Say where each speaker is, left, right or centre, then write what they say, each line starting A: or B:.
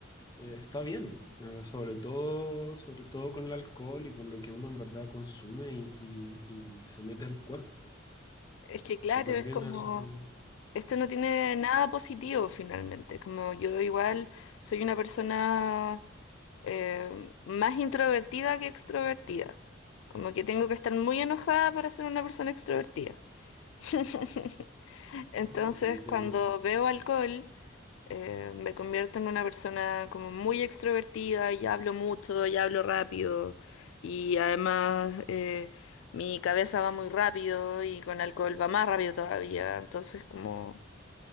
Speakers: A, on the left (about 20°); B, on the left (about 80°).
A: eh, está bien. Eh, sobre todo, sobre todo con el alcohol y con lo que uno en verdad consume y, y- y se mete al cuerpo.
B: Es que
A: Está
B: claro,
A: súper
B: es
A: bien
B: como,
A: hacerlo.
B: esto no tiene nada positivo finalmente. Como yo igual soy una persona eh, más introvertida que extrovertida. Como que tengo que estar muy enojada para ser una persona extrovertida. <laughs> Entonces,
A: ujú, Entiendo.
B: cuando veo alcohol, eh, me convierto en una persona como muy extrovertida y hablo mucho y hablo rápido. Y además, eh, mi cabeza va muy rápido y con alcohol va más rápido todavía. Entonces, como,